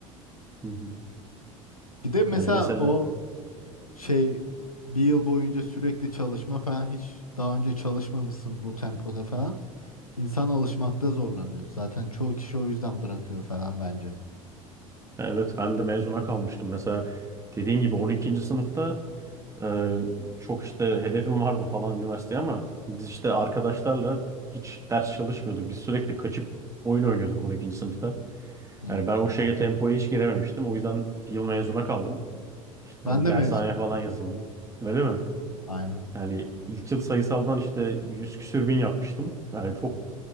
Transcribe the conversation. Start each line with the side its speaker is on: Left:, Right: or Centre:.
Right: Hı hı.
Left: Bir de mesela
Right: Yani mesela
Left: o şey bir yıl boyunca sürekli çalışma falan hiç daha önce çalışmamışsın bu tempoda falan. İnsan alışmakta zorlanıyor. Zaten çoğu kişi o yüzden bırakıyor falan bence.
Right: evet ben de mezuna kalmıştım. Mesela dediğin gibi 12. sınıfta e, çok işte hedefim vardı falan üniversiteye ama biz işte arkadaşlarla hiç ders çalışmıyorduk. Biz sürekli kaçıp oyun oynuyorduk 12. sınıfta.
Left: Hı.
Right: Yani ben o şeye tempoya hiç girememiştim. O yüzden bir yıl mezuna kaldım. İşte
Left: Ben de
Right: dershaneye
Left: mezun
Right: falan
Left: oldum.
Right: yazıldım. Öyle mi?
Left: Aynen.
Right: Yani ilk yıl sayısaldan işte 100 küsür bin yapmıştım. Yani çok